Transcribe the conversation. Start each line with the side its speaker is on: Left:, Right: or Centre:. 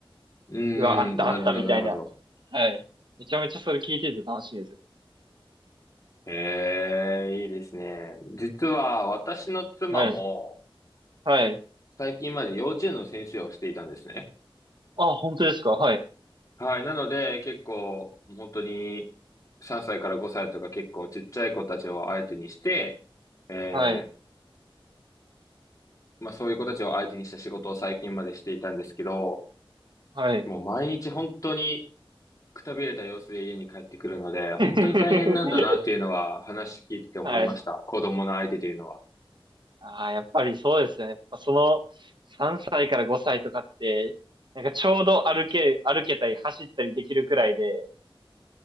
Left: うん。
Right: うわ、あった、
Left: なるほど、
Right: あったみたいな。
Left: なるほど。
Right: はい。めちゃめちゃそれ聞いてて楽しいですよ。
Left: ええ、いいですね。実は私の妻も、
Right: はい。はい。
Left: 最近まで幼稚園の先生をしていたんですね。
Right: あ、本当ですかはい。
Left: はい。なので、結構、本当に、3歳から5歳とか結構ちっちゃい子たちを相手にして、えー、
Right: はい。
Left: まあそういう子たちを相手にした仕事を最近までしていたんですけど、
Right: はい。
Left: もう毎日本当にくたびれた様子で家に帰ってくるので、
Right: <laughs>
Left: 本当に大変なんだなっていうのは話聞いてて思いました。
Right: はい。
Left: 子供の相手というのは。
Right: ああ、やっぱりそうですよね。やっぱその3歳から5歳とかって、なんかちょうど歩け、歩けたり走ったりできるくらいで、